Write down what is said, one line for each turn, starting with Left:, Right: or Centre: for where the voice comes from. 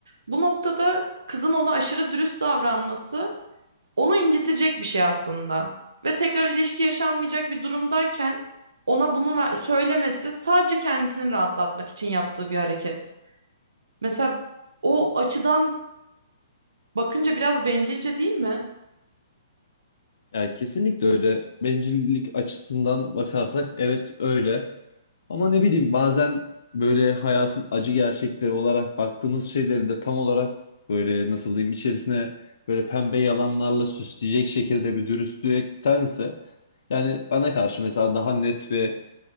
Right: Bu noktada kızın ona aşırı dürüst davranması onu incitecek bir şey aslında. Ve tekrar ilişki yaşanmayacak bir durumdayken ona bunu ver- söylemesi sadece kendisini rahatlatmak için yaptığı bir hareket. Mesela o açıdan bakınca biraz bencilce değil mi?
Left: Yani kesinlikle öyle. Bencillik açısından bakarsak evet öyle. Ama ne bileyim bazen böyle hayatın acı gerçekleri olarak baktığımız şeyleri de tam olarak böyle nasıl diyeyim içerisine böyle pembe yalanlarla süsleyecek şekilde bir dürüstlüktense yani bana karşı mesela daha net ve